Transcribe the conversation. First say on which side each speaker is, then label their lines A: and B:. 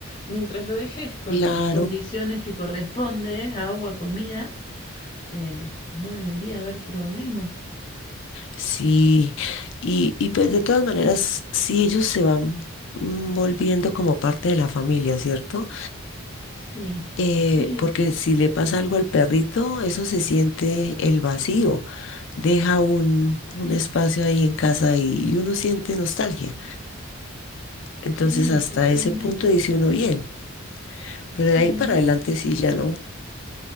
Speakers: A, on the left (about 20°); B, on the left (about 55°).
A: Mientras lo dejes con
B: Claro,
A: las condiciones que corresponde, agua, comida, eh, no debería haber problema.
B: sí. Y, y pues de todas maneras, sí ellos se van mm, volviendo como parte de la familia, ¿cierto?
A: Sí,
B: Eh,
A: sí,
B: porque si le pasa algo al perrito, eso se siente el vacío. Deja un, un espacio ahí en casa y, y uno siente nostalgia. Entonces
A: sí,
B: hasta
A: totalmente.
B: ese punto dice uno bien, pero
A: Sí,
B: de ahí para
A: a mí,
B: adelante sí ya no.